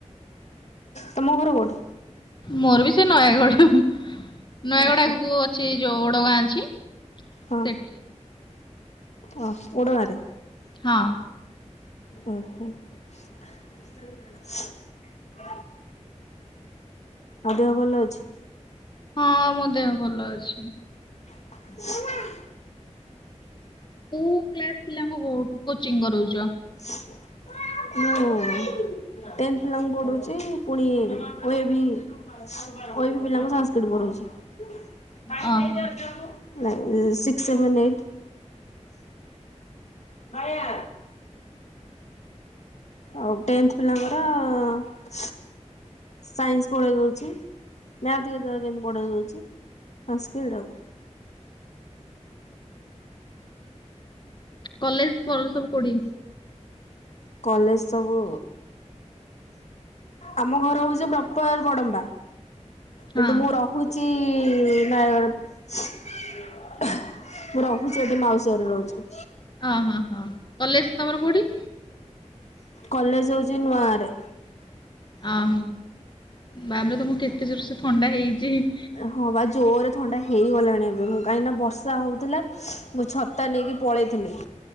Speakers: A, on the left (about 65°); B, on the left (about 40°).
A: ତମ ଘର କୋଉଠି?
B: ମୋର ବି ସେ ନୟାଗଡ଼, ନୟାଗଡ଼
A: ଓହୋ
B: ଆଗକୁ ଅଛି ଯୋଉ ଓଡଗାଁ ଅଛି
A: ହଁ,
B: ସେଠି।
A: ହଁ ଓଡ଼ଗାଁ ରେ।
B: ହଁ।
A: ଓହୋ <unintelligible> ଆଉ ଦେହ ଭଲ ଅଛି?
B: ହଁ, ମୋ ଦେହ ଭଲ ଅଛି।
A: <unintelligible>
B: କୋଉ କ୍ଲାସ୍ ପିଲାଙ୍କୁ କୋଚିଂ କରଉଛ?
A: <unintelligible> ମୁଁ ଟେନ୍ଥ ପିଲାଙ୍କୁ ପଢ଼ଉଛି ପୁଣି ଓ-ଏ-ବି ଓ-ଏ-ବି ପିଲାଙ୍କୁ ସାଂସ୍କିଟି ପଢ଼ଉଛି। <unintelligible> ନାଇ
B: ଓହୋ
A: ସିକ୍ସ, ସେଭେନ, ଏଇଟି। <unintelligible> ଆଉ ଟେନ୍ଥ ପିଲାଙ୍କର ର ସାଇନ୍ସ ପଢ଼େଇ ଦଉଛି, ମ୍ୟାଥ ରିଯୋନୀଙ୍ଗ କେତେବେଳେ କେମିତି ପଢେଇ ଦଉଛି। ସାନ୍ସ୍କିଟି ଆଉ।
B: କଲେଜ ପରେ ସବୁ କୋଉଠି?
A: କଲେଜ ସବୁ ଆମ ଘର ହଉଛି ପପର୍ ବଡମ୍ବା।
B: ହଁ
A: କିନ୍ତୁ ମୁଁ ରହୁ ଛି ନୟାଗଡ଼। ମୁଁ ରହୁଛି ଏବେ ମାଉସୀ ଘରେ ରହୁଛି।
B: ଅ, ହଁ, ହଁ, କଲେଜ ତମର କୋଉଠି?
A: କଲେଜ ହଉଛି ନୂଆ ଗାଁରେ।
B: ଅଁ ହୋ। ବାବା ତମକୁ କେତେ ଜୋର ସେ ଥଣ୍ଡା ହେଇଛି।
A: ହଁ ବା ଜୋରରେ ଥଣ୍ଡା ହେଇଗଲାଣି ଏବେ କାହିଁକିନା ବର୍ଷା ହେଉଥିଲା ମୁଁ ଛତା ନେଇକି ପଳେଇଥିଲି